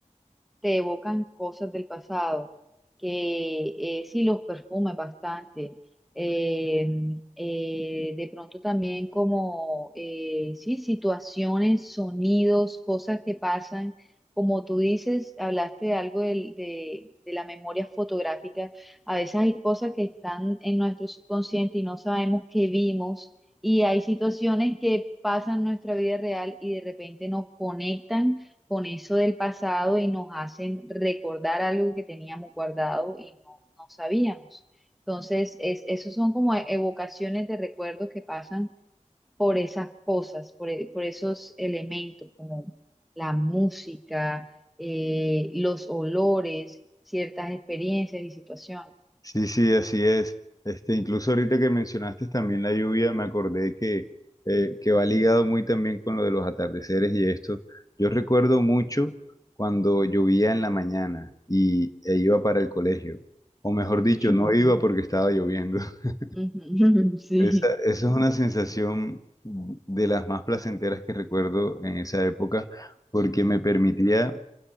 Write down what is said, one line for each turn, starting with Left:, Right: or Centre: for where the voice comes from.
Centre: te evocan cosas del pasado, que eh, sí los perfumes bastante. eh, eh, de pronto también como, eh, sí, situaciones, sonidos, cosas que pasan. Como tú dices, hablaste de algo del- de, de la memoria fotográfica. A veces hay cosas que están en nuestro subconsciente y no sabemos que vimos. Y hay situaciones que pasan en nuestra vida real y de repente nos conectan con eso del pasado y nos hacen recordar algo que teníamos guardado y no, no sabíamos. Entonces, es, esos son como evocaciones de recuerdos que pasan por esas cosas, por, e- por esos elementos, como la música, eh, los olores, ciertas experiencias y situaciones.
Left: Sí, sí, así es. Este, incluso ahorita que mencionaste también la lluvia, me acordé que, eh, que va ligado muy también con lo de los atardeceres y esto. Yo recuerdo mucho cuando llovía en la mañana y e iba para el colegio. O mejor dicho,
Centre: <laughs>
Left: no iba porque estaba lloviendo. <laughs>
Centre: Ujú, <laughs> Sí,
Left: Esa, esa es una sensación de las más placenteras que recuerdo en esa época porque me permitía